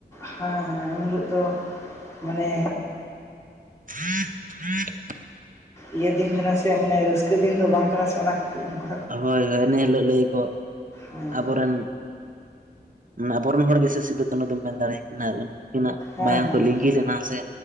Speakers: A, on the left; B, on the right.
A: ᱦᱮᱸ ᱦᱮᱸ᱾ ᱩᱱ ᱦᱤᱞᱚᱜ ᱫᱚ ᱢᱟᱱᱮ
B: <inaudible>
A: ᱤᱭᱟᱹ ᱫᱤᱱ ᱠᱟᱱᱟ ᱥᱮ ᱢᱟᱱᱮ ᱨᱟᱹᱥᱠᱟᱹ ᱫᱤᱱ ᱫᱚ ᱵᱟᱝ ᱠᱟᱱᱟ ᱥᱮ ᱚᱱᱟ ᱠᱷᱟᱹᱛᱤᱨ ᱩᱱᱠᱩ
B: ᱦᱳᱭ ᱦᱳᱭ ᱱᱤᱭᱟᱹ ᱞᱟᱹᱞᱟᱹᱭ ᱠᱚ
A: ᱦᱮᱸ
B: ᱟᱵᱚᱨᱮᱱ <unintelligible> ᱟᱵᱚᱨᱮᱱ ᱦᱚᱲ ᱜᱮᱥᱮ ᱥᱤᱫᱩ ᱠᱟᱹᱱᱩ ᱫᱚᱢ ᱢᱮᱱ ᱫᱟᱲᱮ ᱟᱠᱤᱱᱟ ᱩᱱᱠᱤᱱᱟᱜ
A: ᱦᱮᱸ
B: ᱢᱟᱭᱟᱝ ᱠᱚ ᱞᱤᱸᱜᱤ
A: ᱦᱮᱸ
B: ᱞᱮᱱᱟ ᱥᱮ